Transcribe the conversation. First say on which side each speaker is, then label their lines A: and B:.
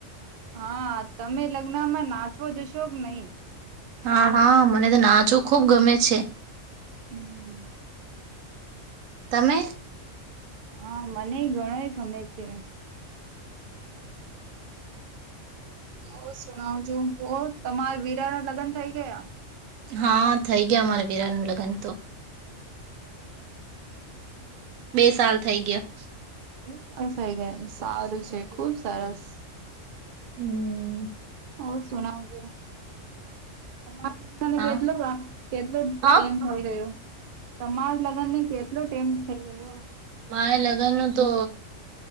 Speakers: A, on the right; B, on the right.
A: હા તમે લગ્ન માં નાચવો જશો કે નહી
B: હા હા મને તો નાચો ખુબ ગમે છે
A: હમ્મ
B: તમે
A: હા. મને ગણો એ ગમે છે. ઓ સુણાવજું તમાર વીરા ના લગ્ન થઇ ગયા.
B: હા થઈ ગયા અમારે વીરા નું લગ્ન તો બે સાલ થઈ ગયા.
A: <unintelligible> ગયા સારું છે ખુબ સરસ.
B: હમ્મ.
A: ઓ સુનાવજો તમારા <unintelligible>
B: હા
A: કેટલો કેટલો ટેમ
B: હા
A: હોય ગ્યો તમાર લગ્ન ને કેટલો ટેમ થઇ ગયો.
B: મારે લગ્ન નું તો